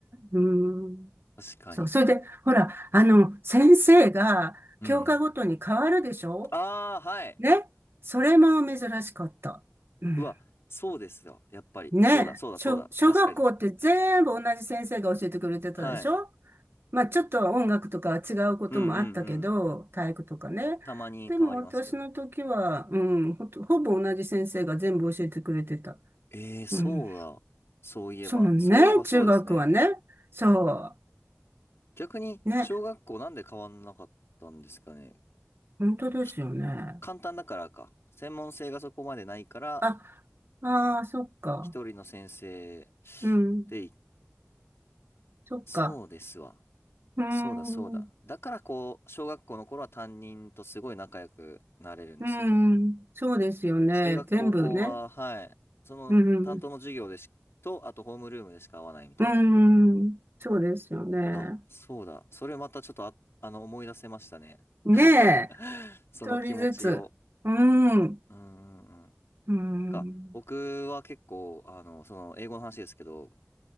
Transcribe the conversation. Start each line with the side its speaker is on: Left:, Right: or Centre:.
Right: うん。
Left: 確かに。
Right: そう、それで、ほら、あの、先生が教科ごとに変わるでしょ
Left: うんうん。あー、はい。
Right: ね。それも珍しかった。うん。
Left: うわ、そうですよ。やっぱり。
Right: ね。
Left: そうだ、そうだ、
Right: 小、
Left: そうだ。
Right: 小学校って全部同じ先生が教えてくれてたでしょ
Left: 確かに。はい。
Right: まあ、ちょっと音楽とかは違うこともあったけど、
Left: うんうんうん。
Right: 体育とかね。
Left: たまに変わりますけどね。
Right: でも私の時は、うん、ほと、ほぼ同じ先生が全部教えてくれてた。
Left: えー、そうだ。
Right: うん。
Left: そういえば。
Right: そうね。
Left: そういえばそうですね。
Right: 中学はね。そ
Left: 逆に、
Right: う。ね。
Left: 小学校なんで変わんなかったんですかね。
Right: 本当ですよね。
Left: ひ簡単だからか。専門性がそこまでないから、
Right: あ、ああ、そっか。
Left: 一人の先生
Right: うん。
Left: でい、
Right: そっか。
Left: そうですわ。
Right: うーん。
Left: そうだそうだ。だからこう、小学校の頃は担任とすごい仲良くなれるんですよね。
Right: うーん。そうですよね。
Left: 中学高校は、
Right: 全部ね。
Left: はい、その担当の授業でし、
Right: うん。
Left: と、あとホームルームでしか会わないみたいな。
Right: うーん。そうですよね。
Left: あ、そうだ。それまたちょっとあ、あの、思い出せましたね。
Right: ねえ。
Left: <laughs> その気持ちを。
Right: 一人ずつ。うーん。
Left: うんうんうん。
Right: うーん。
Left: なんか、僕は結構、あの、その、英語の話ですけど、